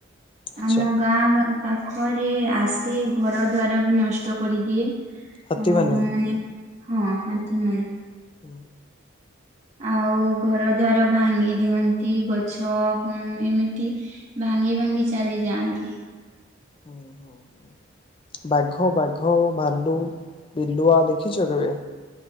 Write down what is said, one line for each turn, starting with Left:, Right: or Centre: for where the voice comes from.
Left: ଆଚ୍ଛା
Right: ଆମ ଗାଁ ଗାଁ ପାଖରେ ଆସି ଘର ଦ୍ୱାର ବି ନଷ୍ଟ କରିଦିଏ।
Left: ହାତୀମାନେ
Right: ଆ କୁ ମାନେ ହଁ ହାତୀ ମାନେ।
Left: ହୁଁ।
Right: ଆଉ ଘର ଦ୍ୱାର ଭାଙ୍ଗି ଦିଅନ୍ତି, ଗଛ କୁ ଏମିତି ଭାଙ୍ଗି ଭାଙ୍ଗି ଚାଲି ଯାଆନ୍ତି।
Left: ଓ ହୋ ହୁଁ। ବାଘ ବାଘ ଭାଲୁ ବିଲୁଆ ଦେଖିଚ କେବେ?